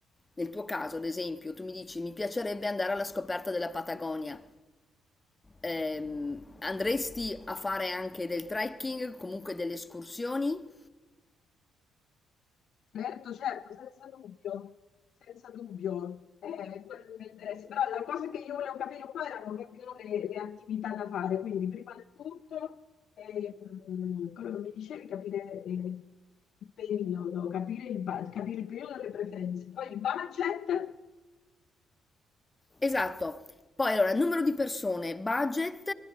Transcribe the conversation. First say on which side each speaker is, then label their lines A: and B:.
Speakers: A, on the left; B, on the left.
A: Nel tuo caso, ad esempio, tu mi dici mi piacerebbe andare alla scoperta della Patagonia. Ehm, andresti a fare anche del trekking, comunque delle escursioni?
B: Certo, certo, senza dubbio, senza dubbio, è quello il mio interesse. Però la cosa che io volevo capire un po' erano proprio le, le attività da fare, quindi prima di tutto, eh, mh, quello che mi dicevi, capire eh, il periodo, capire il, bu- capire il periodo delle preferenze, poi il budget,
A: Esatto. Poi allora, numero di persone, budget,